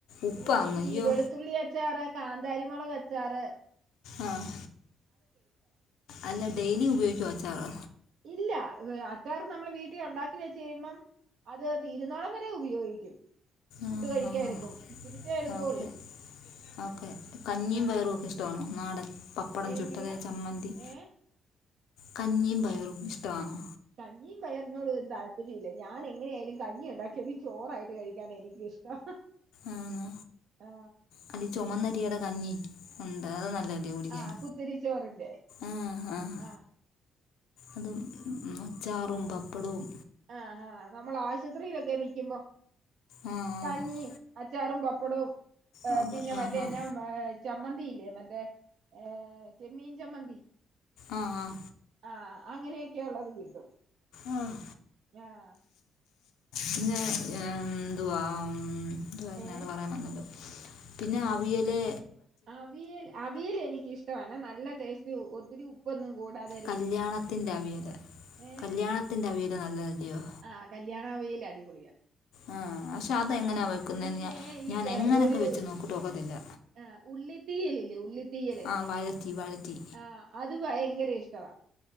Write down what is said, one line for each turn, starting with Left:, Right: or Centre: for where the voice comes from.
Left: ഉപ്പാണ്
Right: പിന്നെ
Left: അങ്ങ് അയ്യോ
Right: ഈ വെളുത്തുള്ളി അച്ചാറ് കാന്താരിമൊളകച്ചാറ്
Left: ആഹ് അല്ല ഡെയിലി ഉപയോഗിക്കുവോ അച്ചാറ്?
Right: ഇല്ല അച്ചാറ് നമ്മള് വീട്ടി ഒണ്ടാക്കി വെച്ച് കഴിയുമ്പം അത് തിരുന്നോടം വരെ ഉപയോഗിക്കും. ഫുഡ്
Left: ആഹ്
Right: കഴിക്കാൻ
Left: ആഹ്
Right: എടുക്കും ഇത്തിരിച്ചേ എടുക്കുള്ളൂ
Left: ഓക്കെ ഓക്കേ കഞ്ഞീം
Right: ആ
Left: പയറുവൊക്കെ ഇഷ് ട്ടോണോ നാടൻ പപ്പടം
Right: എങ്ങനെയാ
Left: ചുട്ടതെ ചമ്മന്തി
Right: ഏ
Left: കഞ്ഞീം പയറും ഇഷ്ടവാണോ?
Right: കഞ്ഞീം പയറിനോട് ഒരുതാൽ പര്യല്ല ഞാനെങ്ങനെ ആയാലും കഞ്ഞി ഒണ്ടാക്കിയാലും ചോറായിട്ട് കഴിക്കാനാ എനിക്കിഷ്ടം.
Left: ആന്നോ
Right: ആ
Left: അല്ലീ ചൊമന്നരിയടെ കഞ്ഞി. ഒണ്ട് അത് നല്ലല്ലേ കുടിക്കാൻ
Right: ആ കുത്തിരിച്ചോറിന്റെ
Left: ആഹ് ആഹ്
Right: ആ
Left: അതുംച്ചാറും പപ്പടവും
Right: ആഹ് ആഹ് നമ്മൾ ആശുപത്രിയിലൊക്കെ നിക്കുമ്പോ
Left: ആ ആ
Right: കഞ്ഞിയും അച്ചാറും പപ്പടവും
Left: ആ, ആ
Right: പിന്നെ
Left: ആ
Right: മറ്റേ എന്താ ചമ്മന്തിയില്ലേ മറ്റേ ഏഹ് ചെമ്മീൻ ചമ്മന്തി
Left: ആഹ് ആഹ്
Right: ആ അങ്ങനെയൊക്കെ ഉള്ളത് കിട്ടും
Left: ആഹ്
Right: ആഹ്
Left: പിന്നെ
Right: ആഹ്
Left: എന്തുവാ ഉം എത് കാരണംത്
Right: ഏഹ്
Left: പറയാൻ വന്നല്ലോ പിന്നെ അവിയയിലെ
Right: അവിയൽ അവിയൽ എനിക്ക്ിഷ്ടമാണ് നല്ല ടേസ്റ്റ് ഒത്തിരി ഉപ്പൊന്നും കൂടാത
Left: കല്യാണത്തിന്റെ അവിയൽ
Right: ഏഹ്
Left: കല്യാണത്തിന്റെ അവിയല് നല്ലതല്ലയോ
Right: ആഹ് കല്യാണ വിയൽ അടിപൊളിയാ
Left: ആഹ് പക്ഷെ അത
Right: ആഹ്
Left: എങ്ങനെയാ വെക്കുന്ന
Right: പിന്നെ
Left: ഞ
Right: ഈ
Left: ഞാൻ
Right: ക-
Left: എങ്ങനെയൊക്കെ
Right: ഒരു
Left: വെച്ച് നോക്കിട്ട് ഒക്കത്തില്ല
Right: ആഹ് ഉള്ളിത്തീയൽ ഇല്ലേ ഉള്ളിത്തീയല്
Left: ആ വഴറ്റി വഴറ്റി
Right: ആഹ് അത് ഭയങ്കര ഇഷ്ടവാ